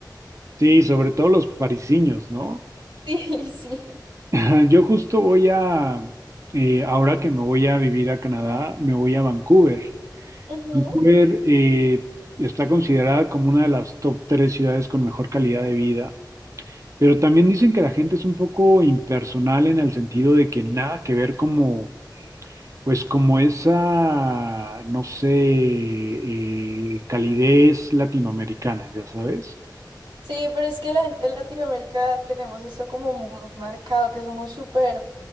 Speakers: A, on the right (about 45°); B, on the right (about 80°).
A: Sí, sobre todo los parisiños, ¿no?
B: Sí, <laughs> sí.
A: <laughs> Yo justo voy a, eh, ahora que me voy a vivir a Canadá, me voy a Vancouver.
B: Ujú.
A: Vancouver eh, está considerada como una de las top tres ciudades con mejor calidad de vida. Pero también dicen que la gente es un poco impersonal en el sentido de que nada que ver como, pues como esa, no sé, eh, calidez latinoamericana, ya sabes.
B: Sí, pero es que la gente de Latinoamérica tenemos eso como muy marcado, que somos súper,